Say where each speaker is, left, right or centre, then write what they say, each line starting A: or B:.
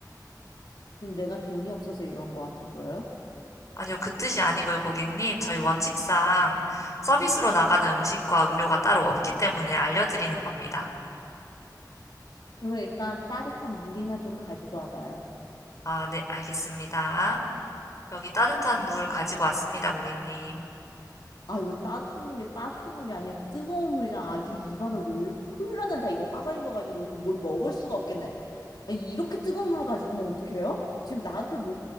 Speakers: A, on the left; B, on the left.
A: 지금 내가 돈이 없어서 이런 거 같아 보여요?
B: 아니요, 그 뜻이 아니고요, 고객님. 저희 원칙상 서비스로 나가는 음식과 음료가 따로 없기 때문에 알려드리는 겁니다.
A: 그러면 일단 따뜻한 물이나 좀 가지고 와봐요.
B: 아, 네, 알겠습니다. 여기 따뜻한 물 가지고 왔습니다, 고객님.
A: 아, 이거 따뜻한 물이 따뜻한 물이 아니야. 뜨거운 물이잖아. 아주 입안에 올, 홀라단다. 이거 화상 입어가지고 이거 뭘 먹을 수가 없겠네. 아니, 이렇게 뜨거운 물을 가지고 오면 어떡해요? 지금 나한테 뭐,